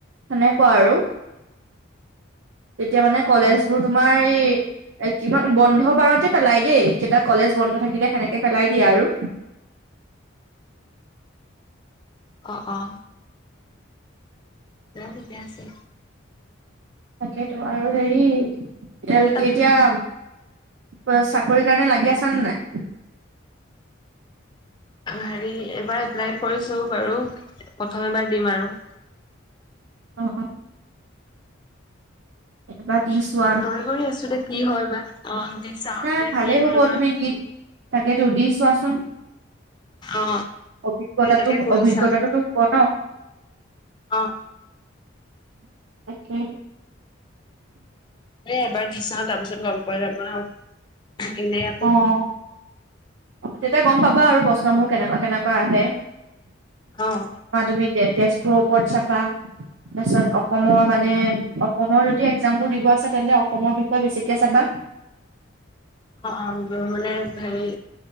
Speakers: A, on the right; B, on the left.
A: সেনেকুৱা আৰু এতিয়া মানে কলেজবোৰ
B: অ
A: তোমাৰ এই এ কিমান বন্ধ বাৰতে পেলাই দেই, কেইটা কলেজ বন্ধ থাকিলে সেনেকে পেলাই দিয়ে আৰু
B: অ', অ'। তেওঁ ঠিকে আছে।
A: তাকেতো আৰু হেৰি, তেওঁলোকে
B: তাত
A: এতিয়া কিবা চাকৰি কাৰণে লাগি আছা নে নাই?
B: অ' হেৰি এইবাৰ এপ্লাই কৰিছোঁ বাৰু, প্ৰথম এবাৰ দিম আৰু
A: অ', অ'। এবাৰ দিছোঁ।
B: দৌৰি কৰি আছোঁ দেই, এতিয়া কি হয় বা, অ' এতিয়া চাওঁ।
A: নাই
B: এতিয়া
A: ভালেই
B: কি
A: হ'ব
B: হয় বা।
A: তুমি দি তাকেতো দি চোৱাচোন।
B: অ
A: অভিজ্ঞতাটো-অভিজ্ঞতাটোতো
B: তাকে কৰি চাও
A: হ'ব ন।
B: অ
A: তাকে।
B: এ এবাৰ দি চাওঁ, তাৰ পিছত গম পোৱা যাব ন, এনেই আকৌ
A: অ', তেতিয়া গম পাবা আৰু প্ৰশ্নবোৰ কেনেকুৱা, কেনেকুৱা আহে।
B: অহ'।
A: বা তুমি তে-তেজপুৰৰ ওপৰত চাবা। তাৰপিছত অসমৰ মানে, অসমৰ যদি এক্সাম বোৰ দিব আছে, তেন্তে অসমৰ বিষয়ে বেছিকে চাবা।
B: অ', অ', মানে হেৰি